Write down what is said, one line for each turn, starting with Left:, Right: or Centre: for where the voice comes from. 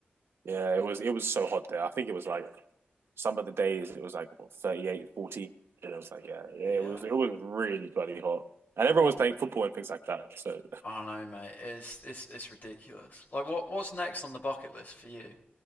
Right: Yeah, it was it was so hot there. I think it was like some of the days it was like what, 38, forty, and it was like yeah, yeah,
Left: Yeah.
Right: it was it was really bloody hot. And everyone
Left: What?
Right: was playing football and things like that. So
Left: I don't know, mate. It's it's it's ridiculous. Like, what what's next on the bucket list for you?